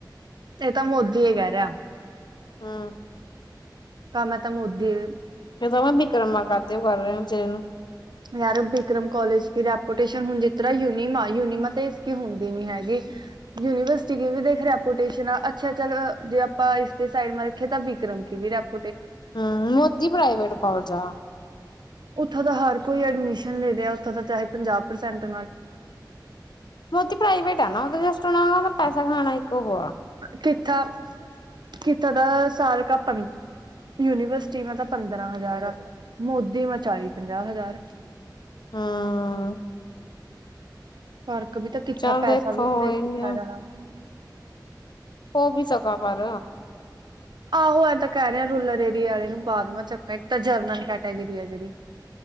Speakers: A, on the right; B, on the left.
A: ਇਹ ਤਾਂ ਮੋਦੀ ਕਹਿ ਰਿਹਾ
B: ਹਾਂ
A: ਕੰਮ ਤਾਂ ਮੁਦੀ
B: ਫ ਤਾਂ ਮੈਂ ਬਕਰਮਾ ਕਰ ਤੇਓ ਕਰ ਰਿਹਾ ਚਰੇ ਨੂੰ
A: ਯਾਰ ਬਕਰਮ ਕੋਾਲਜ ਦੀ ਰੈਪੂਟੇਸ਼ਨ ਹੁਣ ਜਿਸ ਤਰ੍ਹਾਂ ਯੂਨੀਮਾ ਯੂਨੀਮਾ ਤਾਂ ਇਸੀ ਹੁੰਦੀ ਨੀ ਹੈ ਯੂਨੀਵਰਸਿਟੀ ਵੀ ਦੇਖ ਰੈਪਟ ਅੱਛਾ ਚੱਲ ਜੇ ਆਪਾਂ ਇਸਦੇ ਸਾਈਡ ਰੱਖੇ ਤਾਂ ਵਿਕਰਮ ਕੀ ਵੀਰ ਆਪ
B: ਹਮ ਮੋਦੀ ਪ੍ਰਾਈਵੇਟ ਕੋਾਲਜ ਆ
A: ਥ ਹ ਕੋਈਡ ਲ ਚਾਹੇ ਪੰਜਾਹ ਪ੍ਰਸਟ
B: ਮੋਦੀ ਪ੍ਰਾਈਵੇਟ ਆ ਨਾ ਉਹ ਜਸਟ ਉਹਨਾਦਾ ਪੈਸਾ ਖਾਣਾ ਇੱਕ ਉਹ ਆ
A: ਕਿੱਥਾਂ ਕਿੱਥੇ ਦਾ ਸਾਲ ਕ ਪੰ ਯੂਨੀਵਰਸਿਟੀ ਮੈਂ ਤਾਂ ਪੰਦਰਾਂ ਹਜ਼ਾਰ ਮੋਦੇ ਵਾ ਚਾਲੀ ਪੰਜਾਹ ਹਜ਼ਾਰ
B: ਹਾਂ
A: ਫਰਕ ਵੀ ਤਾਂ ਕਿੱਥ
B: ਚੱਲ
A: ਪੈਸਾ
B: ਦੇਖੋ
A: ਵੀ
B: ਹੋਏਗੀ
A: ਦੇ ਕਿੱਥ ਜਾਹਾ
B: ਉਹ ਵੀ ਚਕਾਕਾਰ
A: ਆਹੋ ਐਂ ਤਾਂ ਕਹਿ ਰਿਹੇ ਰੂਰਲ ਏਰੀਆ ਵਾਲੇ ਨੂੰ ਬਾਦ ਚੱਕ ਇੱਕ ਤਾਂ ਜਨਲ ਕੈਟੇਗਰੀ ਆ ਜਿਹੜੀ